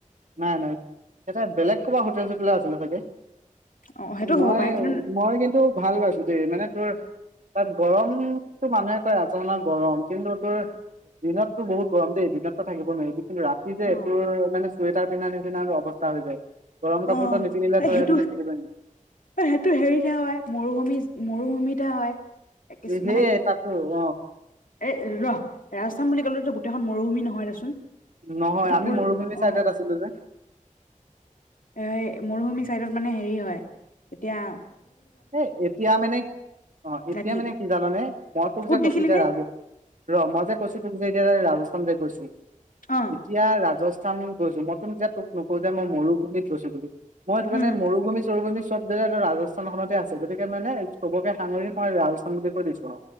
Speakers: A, on the right (about 65°); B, on the left (about 80°).
A: নাই নাই এতে বেলেগ কবা হোটেল চোটেল খ আছিলে চাগে
B: অ সেইটো
A: মই
B: হ'ব পাৰে কিন্তু
A: মই কিন্তু ভাল পাইছো মানে তোৰ তাত গৰমতটো মানুহে কয় আচানত গৰম কিন্তু তোৰ দিনতো বহুত গৰম দেই দিনতো থাকিব নোৱাৰি কিন্তু ৰাতি যে
B: অ
A: এইটোৰ মানে চুৱেটাৰ পিন্ধা নিচিানো অৱস্থা হৈ যায় গৰম কাপোৰটো
B: অ
A: নতি নিলে
B: সেইটো
A: তয় এ পিনত খেলিব নেকি
B: সেইটো হেৰিতহে হয় মৰুভূমি মৰুভূমিহে হয় কিছু
A: সেই
B: মানে
A: তাতো অ
B: এ ৰ ৰাজস্থান বুলি ক'লেতো তেখন মৰুভূমিহয় দেচোন
A: নহয়
B: এইটো
A: আমি
B: ভুল
A: মৰুভূমি
B: অ অ
A: চাইডত আছিলো যে
B: এই মৰুভূমি চত মানে হেৰি হয় এতিয়া
A: এ এতিয়া মানে অ এতিয়া
B: ৰাতি
A: মানে কি জানানে মই তোক যে
B: উট
A: কৈছো
B: দেখিলি
A: এতিয়া
B: নে
A: ৰাজ ৰ মই যে কৈছো য ৰাজস্থান য গৈছ
B: অ
A: এতিয়া ৰাজ ৰাজস্থান গৈছো মইতো যেতিয়া তোক নকো যে মই মৰুভূমিত গৈছো বুলি মই তটো
B: উম
A: মান মৰুভূম চৰুভূমিতে। চব জেগাতে ৰাজস। ৰাজস্থানন খতে আছে গতিকে মানে চবকে সাঙৰি মইস্থান বুলি কৈ দিছো আৰু